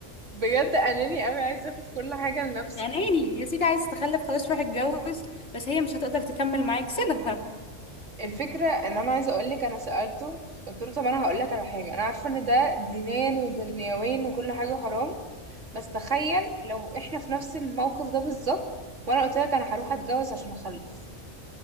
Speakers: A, on the right; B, on the left.
A: بجد اناني قوي عايز ياخد كل حاجه لنفسه
B: اناني يا سيدي عايز تخلف خلاص روح اتجوز بس هي مش هتقدر تكمل معاك سيبها
A: الفكره ان انا عايزه اقول لك انا سالته قلت له طب انا هقول لك على حاجه انا عارفه ان ده دينيا ودنيويا وكل حاجه حرام بس تخيل لو احنا في نفس الموقف ده بالظبط وانا قلت لك انا هروح اتجوز عشان اخلف